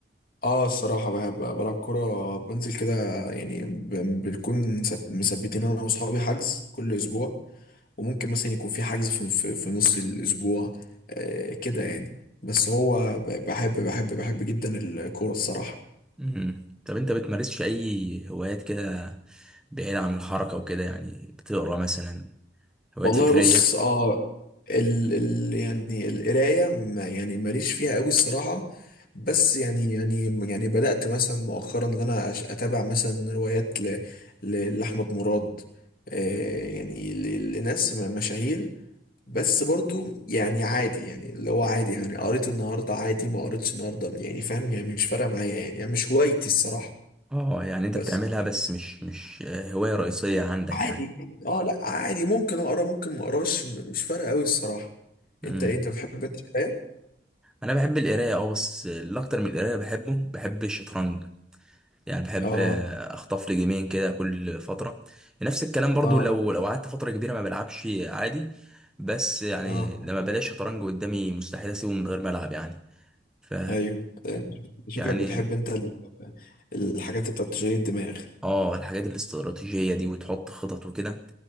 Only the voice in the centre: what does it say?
امم طب انت بتمارسش اي هوايات كده بعيد عن الحركة وكده يعني بتقرا مثلا هوايات
فكرية
اه يعني انت
بتعملها بس مش مش هواية رئيسية عندك
يعني
امم
انا بحب القراية اه بس الاكتر من القراية بحبه بحب الشطرنج يعني بحب
اخطف لي جيمين كده كل فترة نفس الكلام برضو
لو لو قعدت فترة كبيرة ما بلعبش عادي بس يعني
لما بلاقي شطرنج قدامي مستحيل اسيبه من غير ما العب يعني ف
يعني
اه الحاجات الاستراتيجية دي وتحط خطط وكده